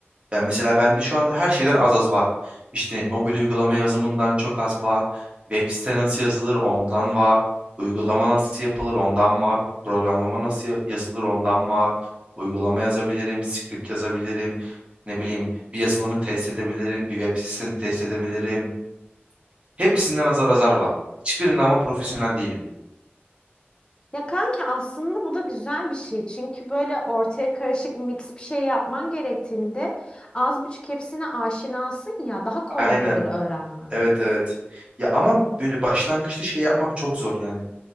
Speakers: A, on the right; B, on the left.
A: Yani mesela bende şu anda her şeyden az az var. İşte mobil uygulama yazımından çok az var. Web site nasıl yazılır ondan var. Uygulama nasıl yapılır ondan var. Programlama nasıl ya- yazılır ondan var. Uygulama yazabilirim, script yazabilirim. Ne bileyim bir yazılımı test edebilirim, bir web sitesini test edebilirim. Hepsinden azar azar var. Hiçbirinde ama profesyonel değilim.
B: Ya kanki aslında bu da güzel bir şey. Çünkü böyle ortaya karışık mix bir şey yapman gerektiğinde az buçuk hepsine aşinasın ya daha kolay
A: Aynen.
B: olur öğrenmen.
A: Evet evet. Ya ama böyle başlangıçta şey yapmak çok zor yani.